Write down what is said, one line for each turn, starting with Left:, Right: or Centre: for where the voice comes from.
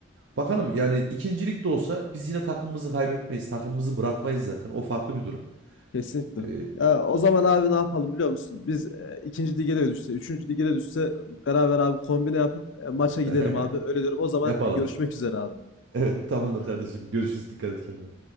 Right: Bakalım yani ikincilik de olsa biz yine takımımızı kaybetmeyiz. Takımımızı bırakmayız zaten. O farklı bir durum.
Left: Kesinlikle.
Right: E,
Left: Ya, o zaman abi ne yapalım biliyor musun? Biz e, ikinci lige de düşse, üçüncü lige de düşse beraber abi kombine yapıp e, maça
Right: <laughs>
Left: gidelim abi. Öyle diyorum. O zaman
Right: yapalım.
Left: e, görüşmek üzere abi.
Right: Evet tamamdır kardeşim. Görüşürüz. Dikkat et kendine.